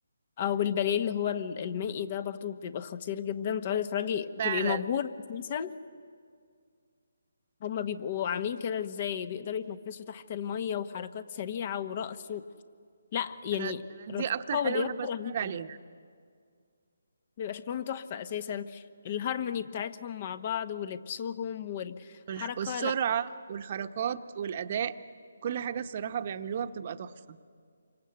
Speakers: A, on the left (about 35°); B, on the right (about 40°).
A: او الباليه اللي هو ال- المائي ده برضو بيبقى خطير جدا بتقعدي تتفرجي
B: فعلا
A: تبقي مبهورة اساسا هما بيبقوا عاملين كده ازاي بيقدروا يتنفسوا تحت المية وحركات سريعة ورقص لا يعني
B: انا انا دي
A: رشاقة
B: اكتر حاجه
A: ولياقة
B: بحب اتفرج
A: رهيبة
B: عليها
A: بيبقى شكلهم تحفة أساسا الهارموني بتاعتهم مع بعض ولبسهم والحركة
B: والح- والسرعه
A: لا
B: والحركات والاداء كل حاجه الصراحه بيعملوها بتبقى تحفه